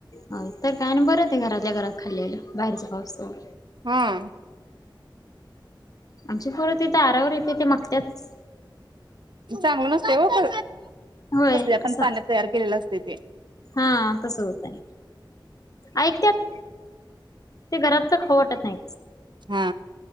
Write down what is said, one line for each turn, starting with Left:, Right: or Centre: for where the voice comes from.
Left: हं तर काय आनी बरं ते घरातल्या घरात खाल्लेल बाहेरच खाऊस्तोवर
Right: हं
Left: आमची पोरं ते दारावर येत ते मागत्यात
Right: चांगलं नसतय वो ते
Left: होय
Right: कसल्या पन
Left: असं
Right: पान्यात तयार केलेल असतंय ते
Left: हा तसं होतय ऐकत्यात ते घराच खाऊ वाटत नाही.
Right: हा